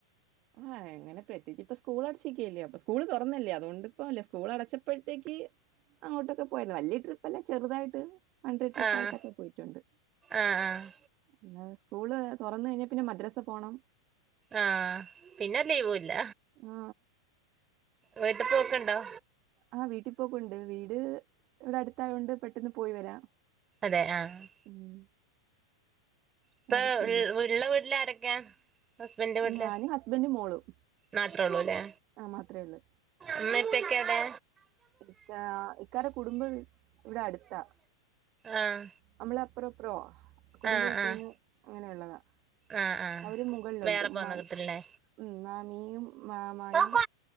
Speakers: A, on the right; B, on the right.
A: ആ എങ്ങനെ പ്രത്യേകിച്ച് ഇപ്പ സ്കൂൾ അടച്ചിയേക്കല്ലേ അപ്പ സ്കൂള് തുറന്നല്ലേ. അതുകൊണ്ട് ഇപ്പോല്ല. സ്കൂൾ അടച്ചപ്പഴ് ത്തേക്ക് അങ്ങോട്ടൊക്കെ പോയേരുന്നു. വലിയ ട്രിപ്പല്ലേ ചെറുതായിട്ട് വൺഡേ ട്രിപ്പായിട്ടൊക്കെ
B: ആഹ്
A: പോയിട്ടുണ്ട്.
B: ആഹ് ആഹ്
A: അല്ല സ്കൂള് തുറന്ന് കഴിഞ്ഞാ പിന്നെ മദ്രസ പോണം.
B: ആ പിന്നെ ലീവൂല്ല.
A: ആ
B: വീട്ടിപ്പോക്കുണ്ടോ?
A: ആ വീട്ടിൽപ്പോക്കുണ്ട് വീട് ഇവിടെ അടുത്തായോണ്ട് പെട്ടെന്ന് പോയി വരാം.
B: അതെ ആ
A: ഉം
B: ഇപ്പൊ
A: അടുത്തല്ലേ
B: ഉള്ള ഉള്ള വീട്ടില് ആരൊക്കെയാ? ഹസ്ബൻഡിന്റെ വീട്ടില്
A: ഞാന് ഹസ്ബൻഡും മോളും
B: മാത്രേ ഉള്ളൂ അല്ലേ
A: ആഹ് മാത്രേ ഉള്ളൂ
B: ഉമ്മേം ഉപ്പേംക്കെ എവിടെ?
A: ഇക്ക ഇക്കാടെ കുടുംബം ഇവിടെ അടുത്താ
B: ആഹ്
A: നമ്മൾ അപ്പൊറോ ഇപ്പൊറാ കുടുംബ
B: ആഹ്
A: വീട്ടീന്ന്
B: ആഹ്
A: അങ്ങനെയുള്ളതാ.
B: ആഹ് ആഹ്
A: അവര് മുകളിലുണ്ട്
B: വേറെ പോന്ന
A: മാ
B: കിട്ടല്ലേ
A: മ്. മ്മിയും മാമായും
B: ഉം